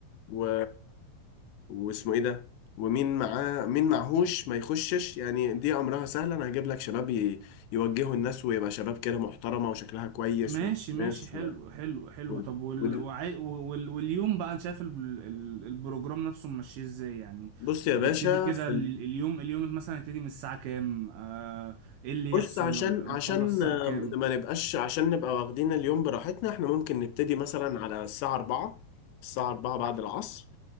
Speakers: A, on the left; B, on the right.
A: و... واسمه ايه ده ومين معاه مين معهوش ما يخشش يعني دي أمرها سهل أنا هجيب لك شباب ي... يوجهوا الناس ويبقى شباب كده محترمة وشكلها كويس
B: ماشي ماشي
A: وناس
B: حلو
A: و...
B: حلو حلو
A: و...
B: طب وال...
A: ود-
B: وعي... وال... واليوم بقى انا شايف ال... ال- البروجرام نفسه ماشي ازاي يعني
A: بص يا باشا
B: يبتدي كده
A: في
B: ال-
A: ال...
B: اليوم اليوم مثلا يبتدي من الساعة كام آه... ايه اللي
A: بص
B: يحصل
A: عشان عشان
B: نخلص الساعة
A: آه،
B: كام
A: ما نبقاش عشان نبقى واخدين اليوم براحتنا احنا ممكن نبتدي مثلا على الساعة 4 الساعة 4 بعد العصر